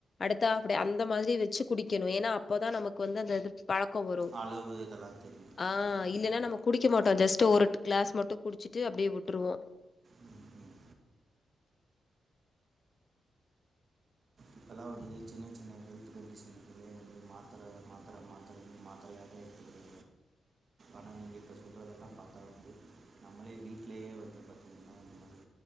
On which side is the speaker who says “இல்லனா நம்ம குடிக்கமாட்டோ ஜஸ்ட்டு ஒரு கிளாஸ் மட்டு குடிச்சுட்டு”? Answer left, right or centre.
Left